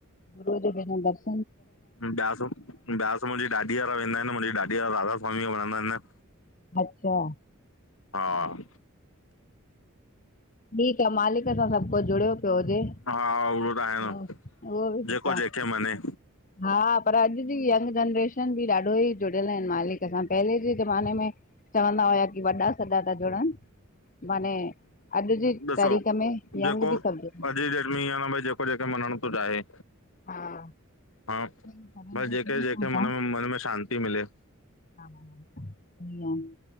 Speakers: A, on the left; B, on the left.
A: गुो जो पसंद <unintelligible>
B: ब्यास, ब्यास मुंहिंजी ॾाॾीअ वारा वेंदा आहिनि मुंहिंजी ॾाॾीअ वारा राधा स्वामी वणंंंौ औरदा आहिनि!
A: अचछा!
B: हा!
A: ठीकु आहे मालिक सां सभु कुझु जुड़ियो पियो हुजे!
B: हा उहो त आहिनि
A: उहो बि सुठो
B: जेको
A: आ।
B: जेहिंखे मञे!
A: हा पर अॼु जी यंग जनरेशन बि ॾाढो ई जुड़ियल आहिनि मालिक सां पहिरलें जे ज़माने में चवंदा हुया की वॾा सॾा था जुड़नि माने अॼु जे
B: ॾिसो
A: तारीख़ में
B: जेको
A: यंग बि
B: अॼु
A: सभु जुड़नि।
B: जी डेट में इअं आहे न भाई जेको जेके मञण थो चाहे!
A: हा
B: हा
A: सरेंडर
B: बस जेके
A: फ्री
B: जेहिंखे
A: छूट आ
B: मन में मन में शांती मिले।
A: हा। सहीं गाल्ह आ।